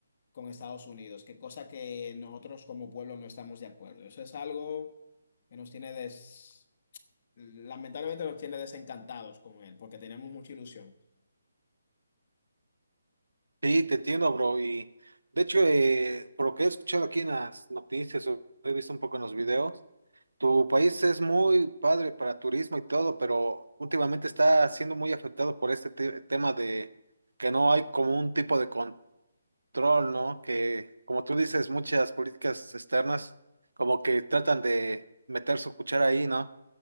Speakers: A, on the left; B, on the right.
A: con Estados Unidos, que cosa que nosotros como pueblo no estamos de acuerdo. Eso es algo que nos tiene des Lamentablemente nos tiene desencantados con él, porque tenemos mucha ilusión.
B: Sí, te entiendo, bro. Y de hecho, eh, por lo que he escuchado aquí en las noticias, o he visto un poco en los videos. Tu país es muy padre para turismo y todo, pero últimamente está siendo muy afectado por este te- tema de que no hay como un tipo de control, ¿no? Que, como tú dices, muchas políticas externas como que tratan de meter su cuchara ahí, ¿no?